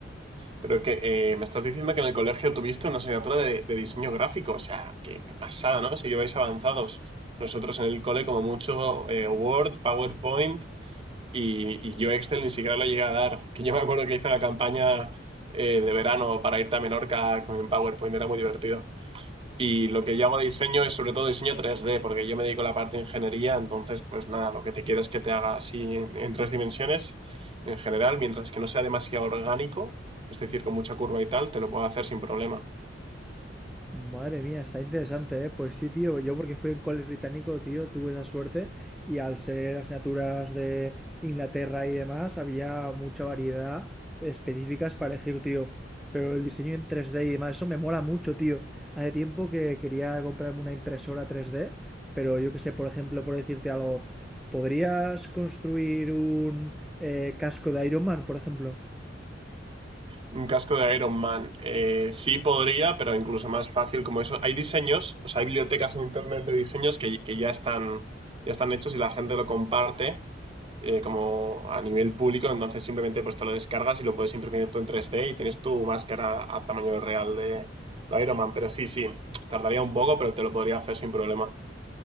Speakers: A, on the right; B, in the centre.
A: Pero que eh, me estás diciendo que en el colegio tuviste una asignatura de, de diseño gráfico, o sea, qué, qué pasada, ¿no? Si lleváis avanzados. Nosotros en el cole, como mucho, eh, Word, PowerPoint y, y yo Excel ni siquiera lo llegué a dar. Que yo me acuerdo que hice la campaña eh, de verano para irte a Menorca con PowerPoint, era muy divertido. Y lo que yo hago de diseño es sobre todo diseño 3D, porque yo me dedico a la parte de ingeniería, entonces pues nada, lo que te quiero es que te haga así en, en tres dimensiones en general, mientras que no sea demasiado orgánico, es decir, con mucha curva y tal, te lo puedo hacer sin problema.
B: Madre mía, está interesante, ¿eh? Pues sí, tío, yo porque fui a un cole británico, tío, tuve esa suerte y al ser asignaturas de Inglaterra y demás, había mucha variedad específicas para elegir, tío. Pero el diseño en 3D y demás, eso me mola mucho, tío. Hace tiempo que quería comprarme una impresora 3D, pero yo que sé, por ejemplo, por decirte algo, ¿podrías construir un eh, casco de Iron Man, por ejemplo?
A: Un casco de Iron Man. Eh, sí podría, pero incluso más fácil como eso. Hay diseños, o sea, hay bibliotecas en internet de diseños que, que ya están, ya están hechos y la gente lo comparte eh, como a nivel público. Entonces simplemente pues te lo descargas y lo puedes imprimir tú en 3D y tienes tu máscara a tamaño real de, de Iron Man. Pero sí, sí, tardaría un poco, pero te lo podría hacer sin problema.